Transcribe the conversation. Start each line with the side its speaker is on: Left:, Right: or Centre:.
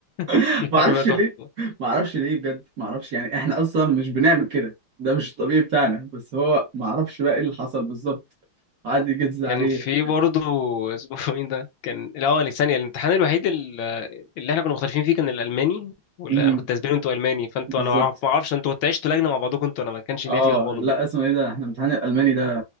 Left: <laughs>
Right: <laughs>
Left: الحرب
Right: ما اعرفش
Left: ده
Right: ليه
Left: تحفة.
Right: ما اعرفش ليه بجد ما اعرفش يعني احنا اصلا مش بنعمل كده ده مش الطبيعي بتاعنا بس هو ما اعرفش بقى ايه اللي حصل بالظبط قعد يجز عليه
Left: كان في برضه <laughs> اسمه ايه ده كان لا هو ثانية الامتحان الوحيد ال- اللي احنا كنا مختلفين فيه كان الالماني ولا
Right: امم
Left: انا كنت اسباني وانتوا الماني فانتوا
Right: بالظبط
Left: انا ما اعرف ما اعرفش انتوا كنتوا عشتوا لجنه مع بعضكم انتوا انا ما كانش
Right: اه
Left: ليا فيها خالص
Right: لا اسمه ايه ده احنا امتحان الالماني ده